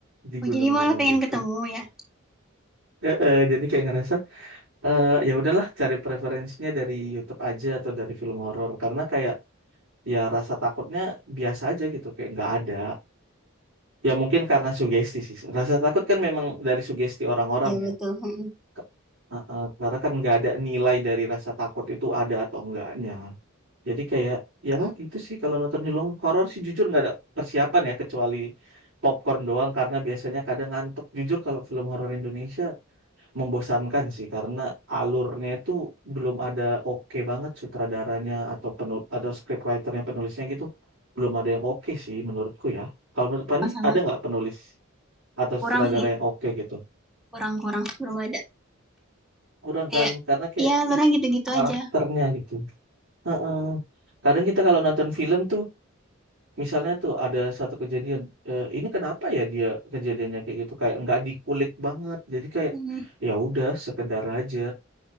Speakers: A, on the right (about 60°); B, in the centre.
A: di
B: oh
A: gunung-gunung
B: jadi malah pengen
A: gitu.
B: ketemu ya
A: Eh, eh, jadi kayak ngerasa eh, ya udahlah cari preferensinya dari YouTube aja atau dari film horor karena kayak ya rasa takutnya biasa aja gitu kayak nggak ada. Ya mungkin karena sugesti sih. Rasa takut kan memang dari sugesti orang-orang
B: Iya betul.
A: ya.
B: Mm-mm.
A: Ke- uh, uh, karena kan nggak ada nilai dari rasa takut itu ada atau enggaknya. Jadi kayak ya gitu sih kalau nonton film horor sih jujur nggak ada persiapan ya kecuali popcorn doang karena biasanya kadang ngantuk. Jujur kalau film horor Indonesia membosankan sih karena alurnya itu belum ada oke banget sutradaranya atau penul atau scriptwriternya penulisnya gitu belum ada yang oke sih menurutku ya. Kalau menurut Pani
B: Sama-sama.
A: ada nggak penulis atau
B: Kurang
A: sutradara
B: sih,
A: yang oke gitu
B: kurang-kurang belum ada
A: kurang kan
B: Iya.
A: karena kayak
B: ya alurnya
A: i-
B: gitu-gitu
A: karakternya
B: aja.
A: gitu Heeh. kadang kita kalau nonton film tuh misalnya tuh ada satu kejadian eh, ini kenapa ya dia kejadiannya kayak gitu kayak nggak dikulik banget jadi kayak
B: Mhm.
A: ya udah sekedar aja